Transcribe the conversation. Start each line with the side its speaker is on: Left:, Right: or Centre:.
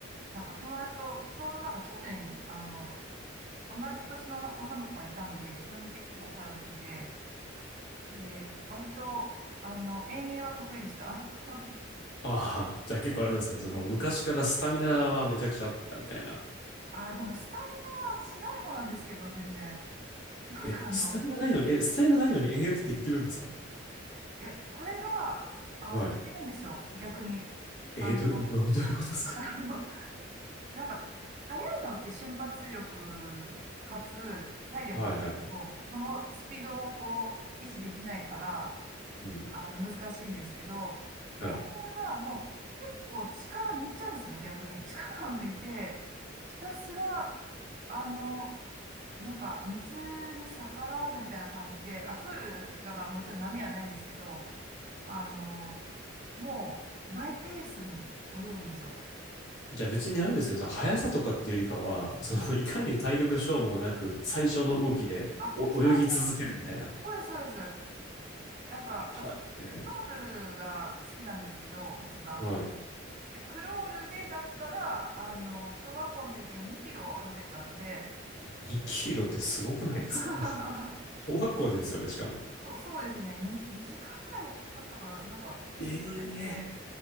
Right: なんか友達と、ちょうどなんか近所に、あの、同じ年の女の子がいたんで、一緒に結構通ってて、で、割と、あの、遠泳は得意でした。<laughs>
Left: ああ、じゃあ結構あれなんですかね。その、
Right: はい。
Left: 昔からスタミナはめちゃくちゃあったみたいな。
Right: あー、でもスタミナしない方なんですけど、全然。<laughs> なんかあの、
Left: え、スタミナないのに、え、スタミナないのに延々とできるんですか
Right: え、これが、あの、
Left: はい。
Right: いけるんですよ、逆に。
Left: えー、
Right: あの、
Left: ど、ど、
Right: <laughs>
Left: どういうことですか
Right: ああの、なんか、速いのって瞬発力、かつ体力ないと、
Left: はいはい。
Right: そのスピードをこう、維持できないから、
Left: うん。
Right: あの、難しいんですけど、
Left: はい。
Right: 遠泳はもう結構力抜いちゃうんですよね、逆に。力を抜いて、ひたすら、あの、なんか、水に逆らわずみたいな感じで、あ、プールだからもちろん波はないんですけど、あの、もう、マイペースに泳ぐんですよ。
Left: じゃあ別にあれですね、その速さとかっていうよりかは、その、
Right: うん。
Left: いかに体力消耗なく最小の動きでお泳ぎ続けるみたいな。
Right: はい。あ、そうです、そうです、そうです。そうですなんか、
Left: はい。
Right: 私、ク
Left: え
Right: ロールが好きなんですけど、一番。
Left: ーはい。
Right: で、クロールでだったら、あの、小学校の時に2キロは泳げたんで、
Left: 2キロってすごくないですか
Right: <laughs>
Left: <laughs> 小学校でですよね、しかも。
Right: そう、そうですね。2、時間ぐらい経ったかな。なんか、ずっと泳いでて、
Left: ええ